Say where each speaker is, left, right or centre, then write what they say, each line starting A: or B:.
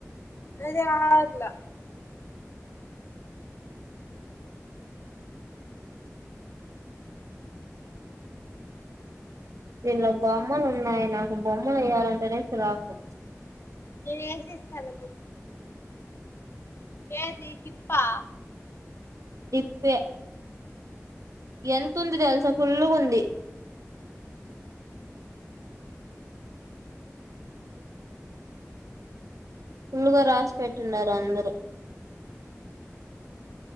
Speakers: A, on the left (about 50°); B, on the right (about 85°).
A: అదే రాట్లే
B: దీనిలో బొమ్మలు ఉన్నాయి నాకు బొమ్మలు ఏయ్యాలంటేనే చిరాకు
A: నేను ఏసీ ఇస్తాలే కేజి కిప్పా
B: ఇప్పే ఎంతుంది తెల్సా ఫుల్లుగుంది ఫులుగా రాసి పెటుండరు అందరూ